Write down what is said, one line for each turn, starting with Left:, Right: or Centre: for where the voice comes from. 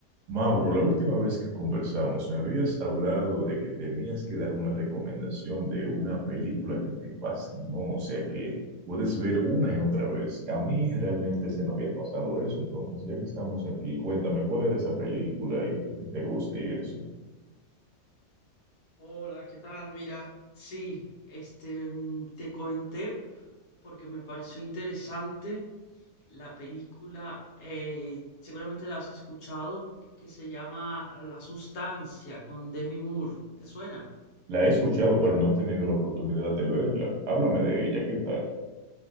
Right: Mauro, la última vez que conversamos me habías hablado de que tenías que darme una recomendación de una película que te fascinó, o sea que puedes ver una y otra vez. A mí realmente se me había pasado eso, entonces ya que estamos aquí, cuéntame cuál era esa película y por qué te gusta y eso.
Left: Hola, ¿qué tal? Mira, sí, este, mm, te comenté porque me pareció interesante la película, eh, seguramente la has escuchado, que se llama La Sustancia con Demi Moore. ¿Te suena?
Right: La he escuchado, pero no he tenido la oportunidad de verla. Háblame de ella, ¿qué tal?